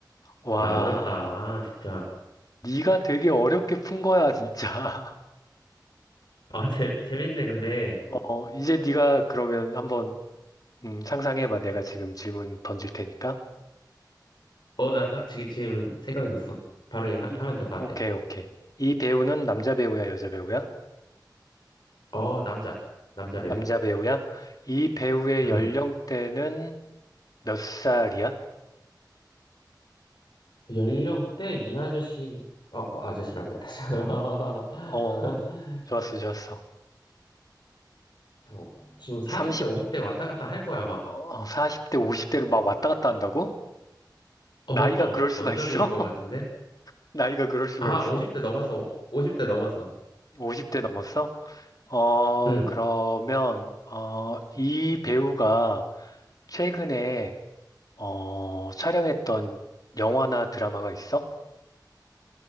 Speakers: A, on the left (about 55°); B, on the left (about 80°).
A: 와,
B: 야, 어렵다, 진짜.
A: 네가 되게 어렵게 푼 거야, 진짜.
B: 아, 재, 재밌네, 근데.
A: <laughs> 어, 이제 네가 그러면 한번 음, 상상해봐. 내가 지금 질문 던질 테니까.
B: 어, 나 딱 지금 생각났어. 바로 얘 하,
A: 이,
B: 면 될 것
A: 오케이,
B: 같아.
A: 오케이. 이 배우는 남자 배우야, 여자 배우야?
B: 어, 남자. 남자 배우.
A: 남자 배우야? 이 배우의
B: 응.
A: 연령대는 몇 살이야?
B: 연령대 이 아저씨, 어, 어, 아저씨라고 했다. <laughs>
A: 어, 좋았어, 좋았어.
B: 잠 지금 40대,
A: 30,
B: 50대 왔다 갔다 할 거야, 아마.
A: 어, 40대, 50대로 막 왔다 갔다 한다고?
B: 어,
A: 나이가 그럴 수가
B: 언저리일
A: 있어?
B: 것
A: <laughs>
B: 같은데?
A: 나이가 그럴 수가
B: 아,
A: 있어?
B: 50대 넘었어. 오십 대 넘었어.
A: 50대 넘었어? 어,
B: 응.
A: 그러면, 어, 이 배우가 최근에, 어, 촬영했던 영화나 드라마가 있어?